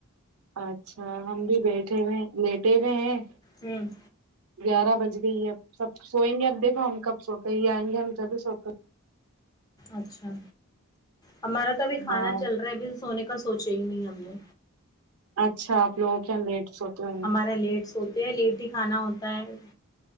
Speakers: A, on the right; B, on the left.
A: اچھا ہم بھی بیٹھے ہوئے لیٹے ہوئے ہیں
B: ہوں
A: گیارہ بج گئی ہے اب سب سوئیں گے اب دیکھو ہم کب سوتے یہ آئیں گے ہم جب بھی سوتے
B: اچھا ہمارا تو ابھی
A: ہیں۔
B: کھانا
A: ہاں
B: چل رہا ہے ابھی سونے کا سوچے ہی نہیں ہم نے
A: اچھا آپ لوگوں کیا لیٹ سوتے رہیں
B: ہمارا
A: گے
B: لیٹ سوتے ہیں لیٹ ہی کھانا ہوتا ہے